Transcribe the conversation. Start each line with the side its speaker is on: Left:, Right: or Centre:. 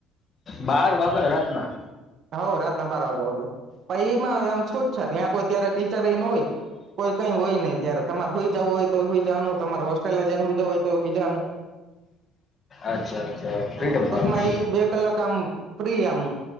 Left: બાર વાગે રાતના?
Right: હોવ રાતના બાર વાગા હુધી. પહી એમાં તમ છૂટછાટ, યા ત્યાંરે કોઈ ત્યારે ટીચરે ન હોય કોઈ કઈ હોય નહી ત્યારે તમારે હુઈ જાઉં હોય તોઈ હુઈ જાવાનું તમારે હોસ્ટેલે જઈન હુઈ હોય તોય હુઈ જાવાનું.
Left: અચ્છા અચ્છા ફ્રીડમ
Right: હા ટૂકમાં
Left: વાળું
Right: ઈ બે કલાક આમ ફ્રી આમ